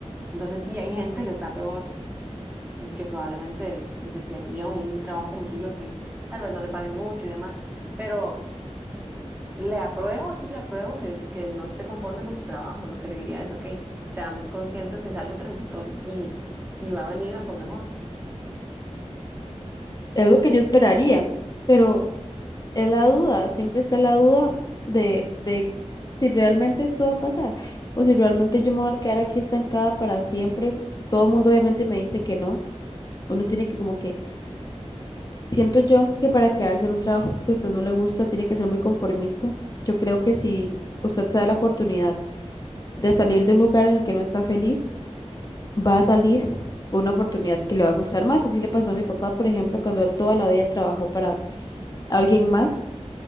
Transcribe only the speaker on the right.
Entonces sí hay gente que está peor y que probablemente desearía un trabajo como el suyo así. Tal vez no le paguen mucho y demás, pero... Le apruebo, sí, le apruebo que, que no esté conforme con su trabajo. Lo que le diría es, ok, seamos conscientes que es algo transitorio y si va a venir algo mejor.
Sí.